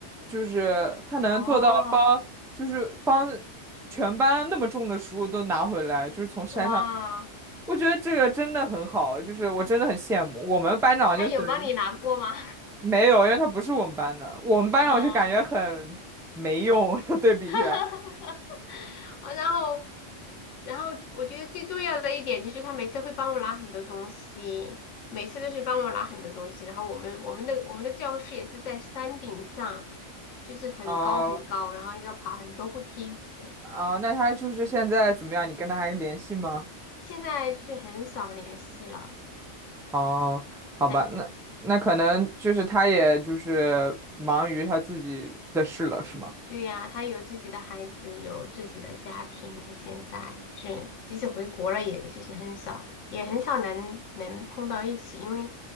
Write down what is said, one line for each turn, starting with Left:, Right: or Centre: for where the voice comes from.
Centre: 就是她能做到帮，
Left: 哦，
Centre: 就是帮全班那么重的书都拿回来，就是从山上，
Left: 哇，
Centre: 我觉得这个真的很好，就是我真的很羡慕。我们班长就等于
Left: 他有帮你拿过吗？
Centre: 没有，因为他不是我们班的，我们班长就感觉很没用，
Left: <laughs> 哦，
Centre: <laughs> 对比起来。
Left: <laughs> 然后。然后我觉得最重要的一点就是他每次会帮我拿很多东西，每次都是帮我拿很多东西。然后我们我们的我们的教室也是在山顶上，就是很高很高，
Centre: 啊、
Left: 然后要爬很多步梯子。
Centre: 啊，那他就是现在怎么样？你跟他还联系吗？
Left: 现在就是很少联系了。
Centre: 哦，好吧，
Left: 很。
Centre: 那那可能就是他也就是忙于他自己的事了，是吗？
Left: 对呀，他有自己的孩子，有自己的家庭，现在就是即使回国了，也就是很少，也很少能能碰到一起，因为